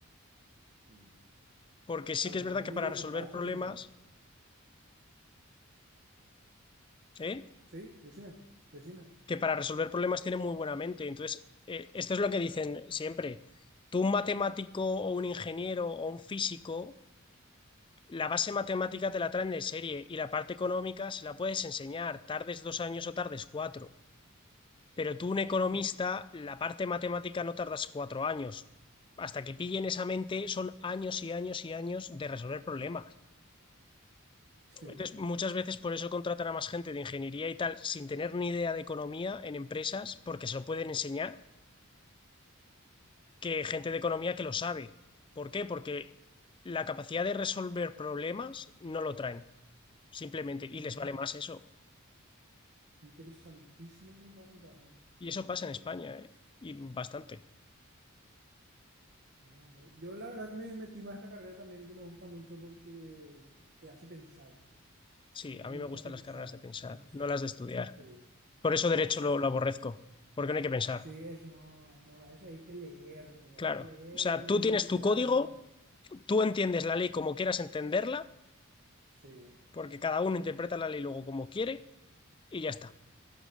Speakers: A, on the right; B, on the left.
A: Mm,
B: porque sí
A: Claro,
B: que es
A: la
B: verdad
A: mente
B: que para
A: y los
B: resolver
A: contactos
B: problemas,
A: solamente.
B: ¿eh?
A: Sí, decime, decime.
B: que para resolver problemas tiene muy buena mente. Entonces, eh, esto es lo que dicen siempre. Tú, un matemático o un ingeniero o un físico, la base matemática te la traen de serie y la parte económica se la puedes enseñar, tardes dos años o tardes cuatro. Pero tú, un economista,
A: Sí,
B: la parte matemática no tardas cuatro años. Hasta que pillen esa mente son años y años y años de resolver problemas.
A: sí.
B: Entonces, muchas veces por eso contratan a más gente de ingeniería y tal, sin tener ni idea de economía en empresas, porque se lo pueden enseñar, que gente de economía que lo sabe. ¿Por qué? Porque la capacidad de resolver problemas no lo traen, simplemente, y
A: Mira
B: les vale
A: vos,
B: más eso.
A: interesantísimo lo que me está contando.
B: Y eso
A: Mm.
B: pasa en España, ¿eh? Y bastante.
A: Mira, vos. yo la verdad que me metí más a esta carrera también que me gusta mucho porque te hace pensar.
B: Sí,
A: Y a mí
B: a mí
A: me
B: me
A: gusta
B: gustan
A: pensar
B: las carreras de pensar,
A: mucho.
B: no las de estudiar.
A: Sí,
B: Por eso derecho
A: exactamente.
B: lo, lo aborrezco, porque no hay que pensar,
A: Sí, es no, no, a veces hay que leer,
B: claro.
A: hay que leer
B: O sea,
A: y hay que
B: tú
A: memorizar.
B: tienes tu código, tú entiendes la ley como quieras entenderla,
A: Sí,
B: porque cada uno interpreta la ley luego como quiere, y ya está.